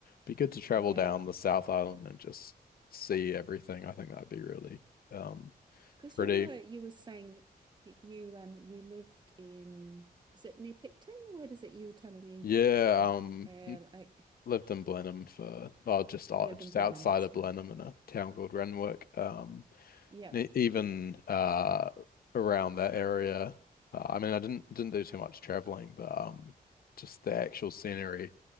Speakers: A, on the left; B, on the right.
A: be good to travel
B: yeah.
A: down the South Island and just see everything. I think that'd be really um
B: Because
A: pretty.
B: you were you were saying that y- you um you lived in was it near Picton? Where is it? You were telling me
A: Yeah,
B: off
A: um
B: air.
A: n-
B: Like
A: lived in Blenheim for oh just out-
B: you lived
A: just
B: in Blenheim.
A: outside
B: That's
A: of Blenheim
B: right.
A: in a town called Renwick. Um
B: Yeah,
A: e- even uh around that area. Uh, I mean, I didn't didn't do too much traveling, but um, just the actual scenery